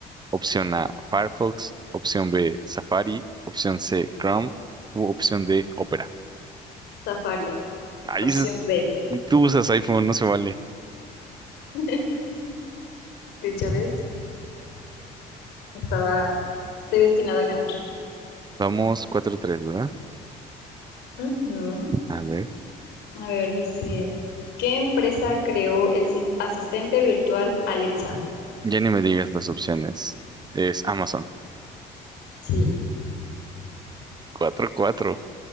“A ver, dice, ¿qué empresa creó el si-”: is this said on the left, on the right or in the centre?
Left